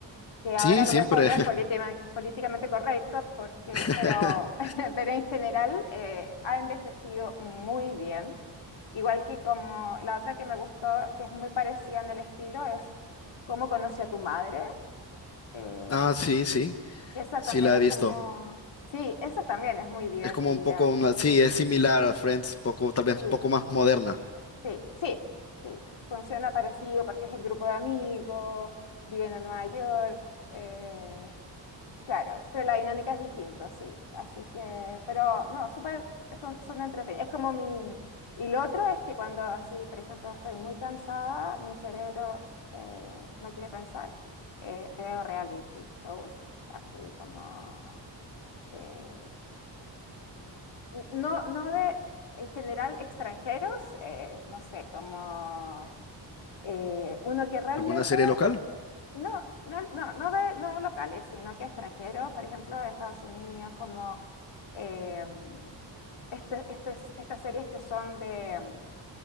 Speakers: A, on the left; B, on the left.
A: que ahora
B: Sí,
A: a lo
B: siempre.
A: mejor no es politima- políticamente correcto, porque,
B: <laughs>
A: pero, <laughs> pero en general eh, ha envejecido muy bien. Igual que como la otra que me gustó, que es muy parecida en el estilo, es Cómo conocí a tu madre. eh,
B: Ah, sí, sí,
A: esa
B: sí
A: también
B: la
A: es
B: he visto.
A: como... Sí, esa también es muy divertida.
B: Es como un poco una, sí, es similar a Friends, un poco, tal vez
A: Sí,
B: un poco más moderna.
A: sí, sí, sí. Funciona parecido porque es el grupo de amigos, viven en Nueva York. eh, Claro, pero la dinámica es distinta, sí. Así que, pero no, súper, son, son entretenidos. Es como mi... Y lo otro es que cuando así, por ejemplo, estoy muy cansada, mi cerebro eh, no quiere pensar, eh, veo reality shows, así como... eh, no, no de, en general, extranjeros, eh, no sé, como eh, uno que realmente
B: ¿Alguna serie local?
A: no, no, no, no de, no de locales, sino que extranjeros, por ejemplo, de Estados Unidos, como eh, este- este- estas series que son de, mm,